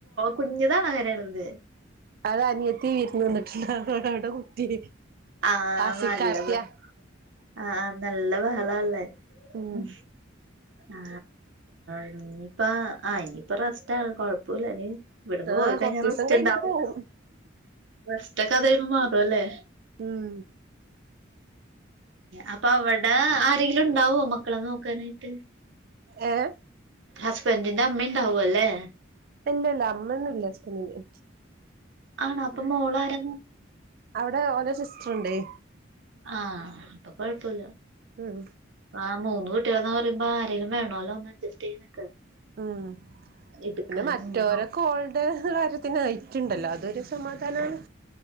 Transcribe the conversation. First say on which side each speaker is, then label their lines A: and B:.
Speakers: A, on the right; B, on the right.
A: കുഞ്ഞ്ഞുതാ അങ്ങനെ ണത്
B: അത് അനിയത്തി വിരുന്ന് വന്നിട്ടുണ്ട്ടെ കുട്ടി
A: ആഹ്
B: ആസിക്കാത്തിയാ
A: ആഹ് <unintelligible> ആ നല്ല ബഹളല്ലേ
B: ഉം
A: ഹും ആ ഇനിയിപ്പ ആ ഇനിയിപ്പ റസ്റ്റ കൊഴപ്പില്ലനി ഇവിടുന്ന്
B: ആഹ്
A: പോയി കഴിഞ്ഞാൽ
B: കൊറച്ചീസം
A: റസ്റ്റ്
B: കഴിഞ്ഞാ
A: ഉണ്ടാവും
B: പോവും
A: റെസ്റ്റ് ഒക്കെ അത് കഴിയുമ്പോ മാറും അല്ലേ
B: ഉം
A: അപ്പൊ അവിടെ ആരെങ്കിലും ഉണ്ടാവോ മക്കളെ നോക്കാനായിട്ട്
B: ഏഹ്
A: ഹസ്ബൻഡിന്റെ അമ്മ ഉണ്ടാവും അല്ലേ
B: ഇല്ലല്ല അമ്മ ഒന്നും ഇല്ല ഹസ്ബൻഡ് ന്
A: ആണോ അപ്പൊ മോള ആരനോ
B: അവിടെ ഓലെ സിസ്റ്റർണ്ടേ
A: ആഹ് അപ്പൊ കൊഴപ്പൊല്ല
B: ഉം
A: ആഹ് മൂന്ന് കുട്ടികളെന്ന്ന് പറയുമ്പോ ആരെങ്കും വേണല്ലോ ഒന്ന്ഡ്ജസ്റ്റ് ചെയ്യന്
B: ഉം
A: എടുക്കാനും
B: പിന്നെ മറ്റവരെക്കേ
A: ഒന്നും
B: കാര്യത്തിനും ഐറ്റുണ്ടല്ലോ അതൊരു സമാധാനണ്